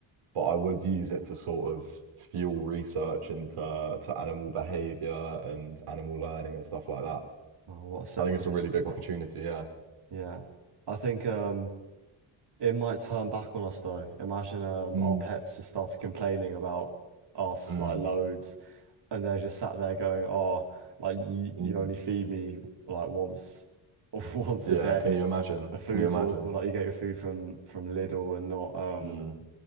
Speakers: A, on the right (about 90°); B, on the right (about 55°).
A: but I would use it to sort of fuel research into to animal behavior and animal learning and stuff like that.
B: Oh, what a sensible
A: I think it's a really
B: answer.
A: big opportunity, yeah.
B: Yeah. I think um it might turn back on us though. Imagine um
A: Mm,
B: our pets just started complaining about us
A: Mm.
B: like loads and they're just sat there going, Oh, like you you
A: mm,
B: only feed me like once <laughs> once
A: Yeah,
B: a day.
A: can you imagine?
B: The food's
A: Can you imagine?
B: awful, like you get your food from from Lidl and not um
A: Mm.